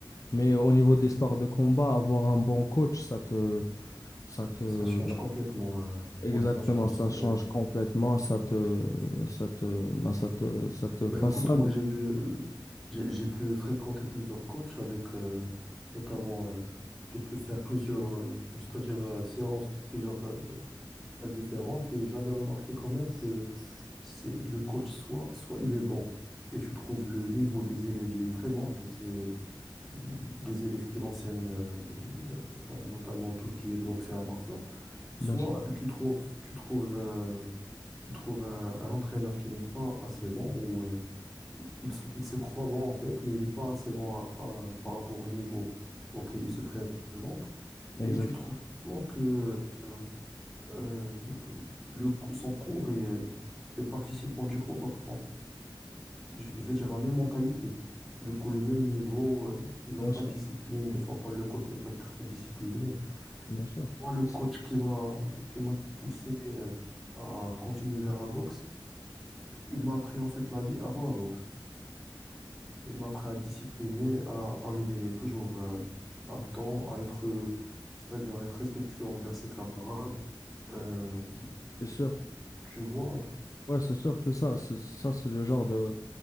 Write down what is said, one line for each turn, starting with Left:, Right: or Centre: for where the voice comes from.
Left: Mais au niveau des sports de combat, avoir un bon coach, ça te, ça te,
Centre: Ça change
Left: bah,
Centre: complètement. hein.
Left: exactement,
Centre: Ouais, ça change,
Left: ça
Centre: c'est
Left: change
Centre: vrai.
Left: complètement, ça te, ça te, bah, ça te, ça te
Centre: Bah
Left: façonne,
Centre: écoute, moi j'ai vu, euh, j'ai, j'ai pu fréquenter plusieurs coachs avec, euh, notamment, euh, j'ai pu faire plusieurs, euh, c'est-à-dire euh, séances dans plusieurs euh, salles différentes et j'avais remarqué quand même que c'est le coach soit, soit il est bon et tu trouves le niveau des élèves, il est très bon de ces des élèves qui l'enseignent, euh, euh, enfin, notamment tout ce qui est boxe et arts martiaux, soit
Left: bien sûr.
Centre: tu trouves, tu trouves, euh, tu trouves un, un entraîneur qui n'est pas assez bon ou euh, il, se il se croit bon en fait, mais il n'est pas assez bon à- à- par rapport au niveau auquel il se présente.
Left: Exactement.
Centre: Et tu trouves tellement que euh, euh, le, le cou- son cours et euh, les participants du cours je je vais dire la même mentalité. Du coup, le même niveau, euh, ils
Left: Bien
Centre: n'ont pas
Left: sûr,
Centre: de discipline. Des fois, quand le coach n'est pas très discipliné,
Left: bien sûr.
Centre: moi, le
Left: Ça,
Centre: coach
Left: C'est
Centre: qui m'a qui m'a poussé euh, à continuer vers la boxe, il m'a appris en fait la vie avant la boxe. Il m'a appris à discipliner, à arriver toujours euh, à temps, à être, euh, c'est-à-dire à être respectueux envers ses camarades. Euh,
Left: c'est sûr.
Centre: tu vois,
Left: Ouais, c'est sûr, c'est ça. C'est- Ça, c'est le genre de